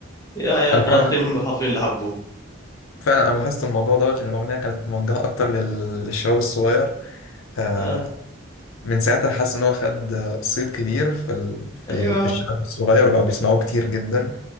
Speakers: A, on the left; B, on the left.
A: يا يا
B: أنا
A: المراهقين
B: فعلا
A: هم حرفيا اللي حبوه
B: فعلا انا لاحظت الموضوع دوت ان الاغنيه كانت موجهه اكتر لل- للشباب الصغير آه،
A: آه.
B: من ساعتها حاسس ان هو خد آه، صيت كبير في ال... في
A: ايوه
B: ال... في الشباب الصغير وبقوا بيسمعوه كتير جدا